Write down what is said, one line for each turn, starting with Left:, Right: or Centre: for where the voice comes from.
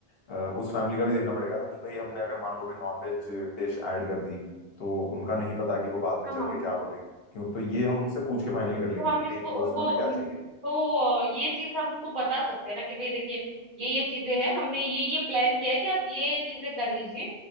Left: अ, उस फैमिली का भी देखना पड़ेगा ना कि भाई हमने अगर मान लो कोई नॉनवेज डिश ऐड कर दी तो उनका नहीं पता कि वो बाद में
Right: हाँ
Left: चल
Right: हाँ
Left: के क्या बोलेंगे क्यों तो ये हम उनसे पूछ के फाइनल कर लेंगे
Right: तो हम
Left: कि
Right: इसको
Left: मेन कोर्स
Right: उनको
Left: में उन्हें क्या चाहिए
Right: तो अ, ये चीज हम उनको बता सकते हैं ना कि भाई देखिए ये ये चीजें हैं हमने ये ये प्लान किया है कि आप ये चीजें कर लीजिए